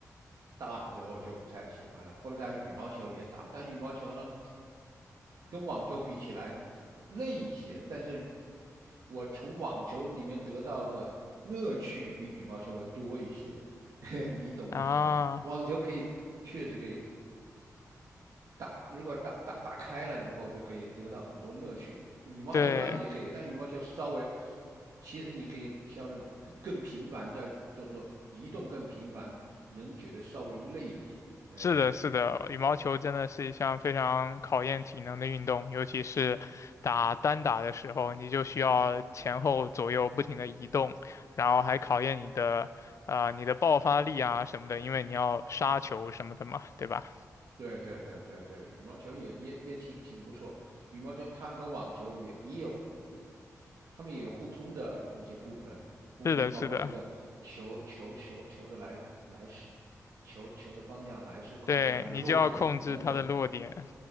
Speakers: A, on the right; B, on the left.
A: 大了之后就不太喜欢了。后来打羽毛球也打，但羽毛球呢，跟网球比起来累一些，但是我从网球里面得到的乐趣比羽毛球要多一些。<laughs> 你懂意思吗？
B: 啊，
A: 网球可以确实可以打，如果打打打开了以后，就可以得到很多乐趣。羽毛球当然也可以，
B: 对。
A: 但羽毛球稍微，其实你可以稍微更频繁，在就是说移动更频繁，能觉得稍微累一点。哎，
B: 是的，是的，羽毛球真的是一项非常考验体能的运动，尤其是打单打的时候，你就需要前后左右不停的移动，然后还考验你的啊、呃你的爆发力啊什么的，因为你要杀球什么的嘛，对吧？
A: 对对对对对，羽毛球也也也挺挺不错。羽毛球它和网球也也有互互，他们也有互通的一些部分，互通包括这个球球球球的来来势，
B: 是的，是的，
A: 球球的方向来势，控制它的落点等等。
B: 对，你就要控制它的落点。